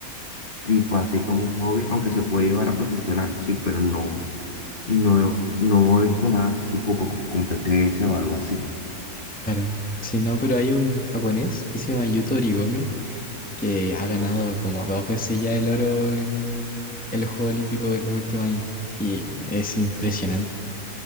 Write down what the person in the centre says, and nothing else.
Claro. Sí, no, pero hay un japonés que se llama Yuto Origome que ha ganado como dos veces ya el oro en el Juego Olímpico en los últimos años y es impresionante.